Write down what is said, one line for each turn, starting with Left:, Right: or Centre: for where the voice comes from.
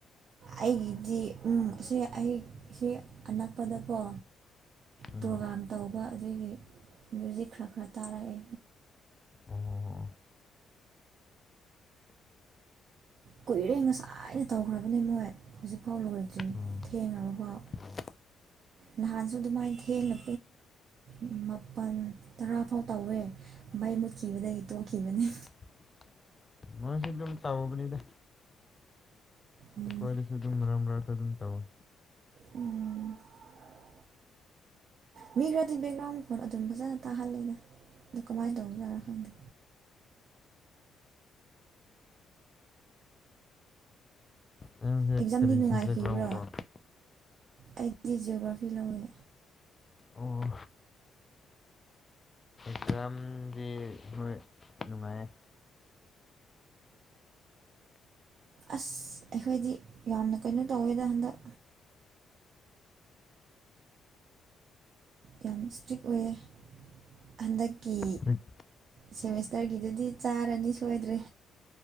Right: ꯑꯩꯒꯤꯗꯤ ꯎꯝ ꯁꯤ ꯑꯩ ꯁꯤ ꯑꯅꯛꯄꯥꯗꯀꯣ
Left: ꯎꯝ
Right: ꯄ꯭ꯔꯣꯒꯥꯝ ꯇꯧꯕ ꯑꯗꯨꯒꯤ ꯃꯌꯨꯖꯤꯛ ꯈꯔ ꯈꯔ ꯇꯥꯔꯛꯑꯦ
Left: ꯑꯣ
Right: ꯀꯨꯏꯔꯦ ꯉꯁꯥꯏꯅ ꯇꯧꯈ꯭ꯔꯕꯅꯦ ꯃꯣꯏ ꯍꯧꯖꯤꯛꯐꯥꯎ ꯂꯣꯏꯗ꯭ꯔꯤ
Left: ꯑꯣ
Right: ꯊꯦꯡꯉꯕꯐꯥꯎ
Left: ꯑꯣ
Right: ꯅꯍꯥꯟꯁꯨ ꯑꯗꯨꯃꯥꯏꯅ ꯊꯦꯡꯅ ꯄꯨꯡ ꯃꯥꯄꯟ ꯇꯔꯥ ꯐꯥꯎ ꯇꯧꯋꯦ ꯃꯩ ꯃꯨꯠꯈꯤꯕꯗꯒꯤ ꯇꯣꯛꯈꯤꯕꯅꯤ
Left: <unintelligible> ꯑꯗꯨꯝ ꯇꯧꯕꯅꯤꯗ
Right: ꯎꯝ
Left: ꯑꯩꯈꯣꯏꯗꯁꯨ ꯑꯗꯨꯝ ꯃꯔꯛ ꯃꯔꯛꯗ ꯑꯗꯨꯝ ꯇꯧꯏ
Right: ꯎꯝ <unintelligible> ꯃꯤ ꯈꯔꯗꯤ ꯕꯦꯛꯒ꯭ꯔꯥꯎꯟ ꯃꯈꯣꯟ ꯑꯗꯨꯝ ꯐꯖꯅ ꯇꯥꯍꯜꯂꯦꯗ ꯑꯗꯣ ꯀꯃꯥꯏꯅ ꯇꯧꯕꯖꯥꯠꯅꯣ ꯈꯪꯗꯦ
Left: ꯅꯪꯁꯦ
Right: ꯑꯦꯛꯖꯥꯝꯗꯤ
Left: ꯀꯔꯤ
Right: ꯅꯨꯡꯉꯥꯏꯈꯤꯕ꯭ꯔꯣ
Left: ꯁꯕꯖꯦꯛ ꯂꯧꯕ꯭ꯔꯣ
Right: ꯑꯩꯗꯤ ꯖꯤꯑꯣꯒ꯭ꯔꯥꯐꯤ ꯂꯧꯏ
Left: ꯑꯣ ꯑꯦꯛꯖꯥꯝꯒꯤ ꯍꯣꯏ ꯅꯨꯡꯉꯥꯏꯌꯦ
Right: ꯑꯁ ꯑꯩꯈꯣꯏꯗꯤ ꯌꯥꯝꯅ ꯀꯩꯅꯣ ꯇꯧꯋꯦꯗ ꯍꯟꯗꯛ ꯌꯥꯝ ꯏꯁꯇ꯭ꯔꯤꯛ ꯑꯣꯏꯑꯦ ꯍꯟꯗꯛꯀꯤ
Left: ꯇ꯭ꯔꯤꯛ
Right: ꯁꯦꯃꯤꯁꯇ꯭ꯔꯒꯤꯗꯨꯗꯤ ꯆꯥꯔꯅꯤ ꯁꯣꯏꯗ꯭ꯔꯦ